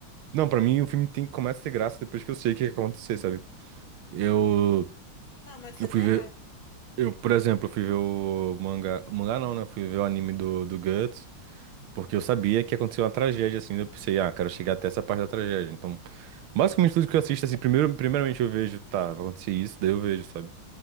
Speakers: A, on the right; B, on the left.
A: Não, pra mim o filme tem, começa a ter graça depois que eu sei o que vai acontecer, sabe? Eu,
B: Não, mas você
A: eu
B: tá
A: fui ver,
B: errado.
A: eu, por exemplo, eu fui ver o mangá, o mangá não, né? Eu fui ver o anime do, do Guts, porque eu sabia que aconteceu uma tragédia, assim, eu pensei, ah, quero chegar até essa parte da tragédia. Então, basicamente tudo que eu assisto, assim, primeiro, primeiramente eu vejo, tá, vai acontecer isso, daí eu vejo, sabe?